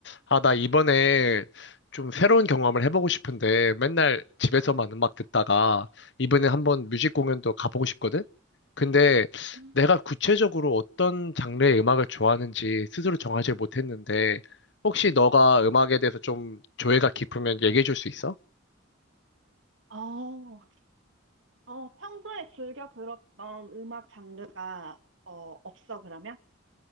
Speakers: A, on the left; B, on the right.
A: 아, 나 이번에 좀 새로운 경험을 해보고 싶은데 맨날 집에서만 음악 듣다가 이번에 한번 뮤직 공연도 가보고 싶거든? 근데
B: 음.
A: 내가 구체적으로 어떤 장르의 음악을 좋아하는지 스스로 정하지 못했는데 혹시 너가 음악에 대해서 좀 조예가 깊으면 얘기해 줄 수 있어?
B: 어, 어, 평소에 즐겨 들었던 음악 장르가 어, 없어, 그러면?